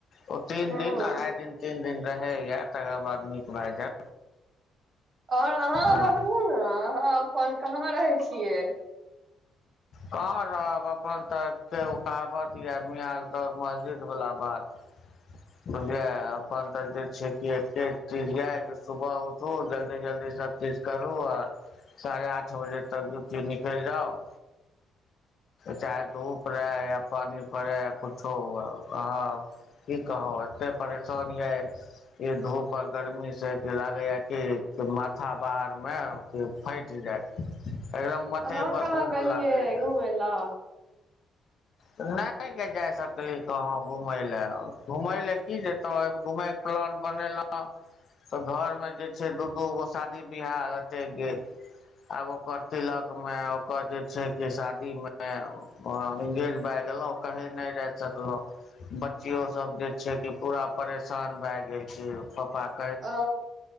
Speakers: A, on the left; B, on the right.
A: ओ तीन
B: हूँ
A: दिन, अढ़ाई दिन, तीन दिन रहै यऽ तकर बाद नीक भए जायत।
B: ओर अहाँ
A: जायत
B: बताबू ने, अहाँ अपन कहाँ रहै छियै?
A: कहाँ रहब, अपन तऽ एक ओ कहावत यऽ मियाँके दौड़ मस्जिद बला बात। <unintelligible> बुझलियै, अपन तऽ जे छै कि एते चीज य सुबह उठू जल्दी-जल्दी सँ। सब चीज करू, आर साढ़े आठ बजे तक ड्यूटी निकैइल जाउ। चाहे धूप रहै, या पानी पड़ै, या कुछो हुए। की कहब एत्ते परेशानये। इ धूप आ गरमी सँ जे लागैए कि माथा बाहर में कि फाइट जायत। एकदम माथे
B: कहाँ
A: पर
B: कहाँ
A: धूप
B: गेलियै
A: लागैए।
B: घुमय लए
A: नहि गऽ जाय सकितौं घुमय लए, घुमय लए कऽ जेतौ घुमय कऽ। प्लान बनेलाओं। तऽ घर मे जँ छै दू-दू गो शादी बियाह लटैक गेल। आब ओकर तिलक में, ओकर। छै कऽ शादी में इंगेज भए गेलौं, कहीं नइ रही सकलौं। बच्चियों सब जँ छै कऽ पूरा परेशान भए गेल छै यो प्पाक।
B: अ